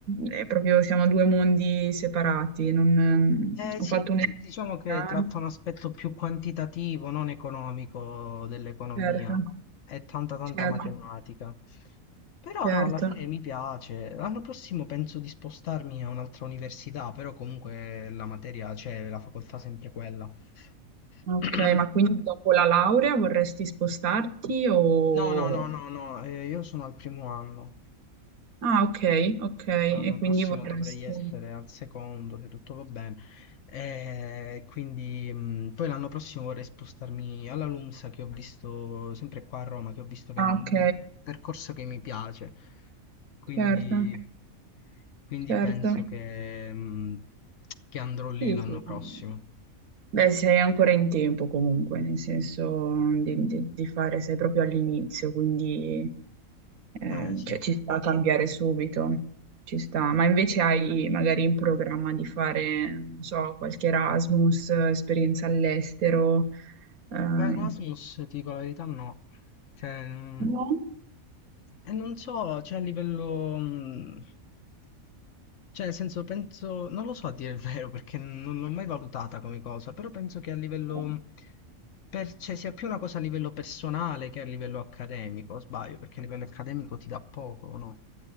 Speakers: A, on the right; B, on the left.
A: è proprio, siamo due mondi separati, non, mm,
B: Eh sì,
A: ho fatto
B: diciamo
A: un...
B: che
A: esame,
B: tratta un aspetto più quantitativo, non economico dell'economia.
A: Certo,
B: È tanta tanta
A: certo,
B: matematica. Però
A: certo.
B: no, alla fine mi piace. L'anno prossimo penso di spostarmi a un'altra università, però comunque la materia c'è, la facoltà è sempre quella.
A: Ok,
B: <clears throat>
A: ma quindi dopo la laurea vorresti spostarti o...
B: No, no, no, no, no, eh, io sono al primo anno.
A: Ah, ok, ok,
B: L'anno
A: e
B: prossimo
A: quindi vorresti...
B: dovrei essere al secondo, se tutto va bene. E quindi mh, poi l'anno prossimo vorrei spostarmi alla LUMSA che ho visto sempre qua a Roma, che ho visto che
A: Ah,
B: hanno un
A: ok,
B: percorso che mi piace. Quindi,
A: certo,
B: quindi
A: certo.
B: penso che, mh, che andrò
A: Sì,
B: lì l'anno
A: sì,
B: prossimo.
A: sì. Beh, sei ancora in tempo comunque, nel senso di, di- di fare, sei proprio all'inizio, quindi eh,
B: Eh sì.
A: cioè, ci sta a cambiare subito, ci sta.
B: Eh,
A: Ma invece hai magari in programma di fare, non so, qualche Erasmus, esperienza all'estero? eh,
B: Erasmus, ti dico la verità, no. Cioè, mh,
A: No?
B: E non so, cioè a livello... mh, Cioè, nel senso, penso, non lo so a dire il vero perché non l'ho mai valutata come cosa, però penso che a livello,
A: Ok.
B: per, cioè, sia più una cosa a livello personale che a livello accademico, o sbaglio, perché a livello accademico ti dà poco, no?